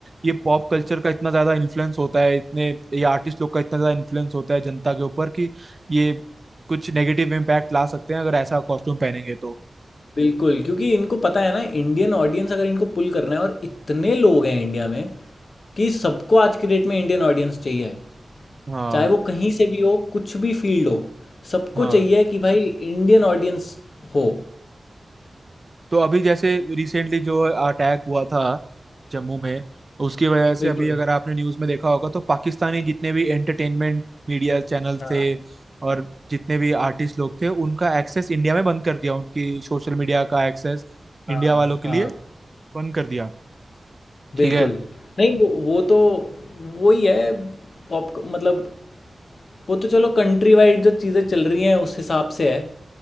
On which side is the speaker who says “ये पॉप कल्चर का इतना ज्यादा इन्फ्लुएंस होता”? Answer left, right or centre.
Right